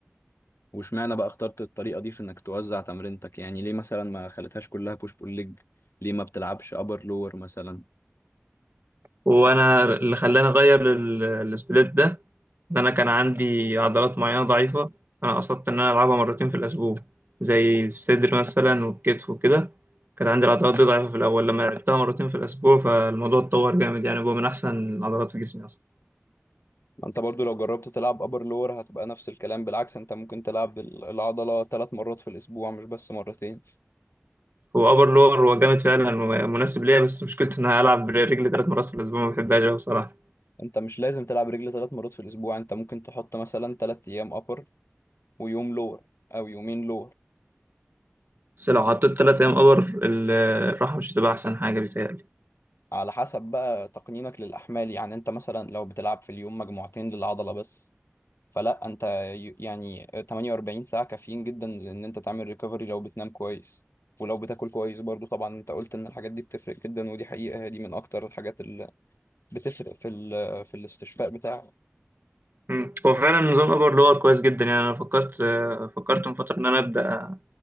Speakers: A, on the left; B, on the right.
A: واشمعنى بقى اخترت الطريقة دي في انك توزع تمرينتك يعني ليه مثلا ما خليتهاش كلها بوش بول ليج ليه ما بتلعبش ابر لور مثلا
B: وانا اللي خلاني اغير ال- السبليت ده ان انا كان عندي عضلات معينه ضعيفه انا قصدت ان انا العبها مرتين في الاسبوع زي الصدر مثلا والكتف وكده كانت عندي العضلات دي ضعيفه في الاول لما لعبتها مرتين في الاسبوع فالموضوع اتطور جامد يعني هو من احسن العضلات في جسمي اصلا
A: ما انت برضو لو جربت تلعب ابر لور هتبقى نفس الكلام بالعكس انت ممكن تلعب ال- العضلة ثلاث مرات في الاسبوع مش بس مرتين
B: هو ابر لور هو جامد فعلا ومناسب ليا بس مشكلته ان انا العب برجلي ثلاث مرات في الاسبوع ما بحبهاش أوي بصراحه
A: انت مش لازم تلعب رجل ثلاث مرات في الاسبوع انت ممكن تحط مثلا ثلاث ايام ابر ويوم لور او يومين لور
B: بس لو حطيت ثلاث ايام ابر الراحه مش هتبقى احسن حاجه بيتهيألي
A: على حسب بقى تقنينك للاحمال يعني انت مثلا لو بتلعب في اليوم مجموعتين للعضلة بس فلا انت ي- يعني 48 ساعة كافيين جدا ان انت تعمل ريكفري لو بتنام كويس ولو بتاكل كويس برضو طبعا انت قلت ان الحاجات دي بتفرق جدا ودي حقيقة هي دي من اكتر الحاجات بتفرق في ال... في الاستشفاء بتاعك
B: مم. هو فعلا نظام ابر لور كويس جدا يعني انا فكرت آه، فكرت من فتره ان انا ابدا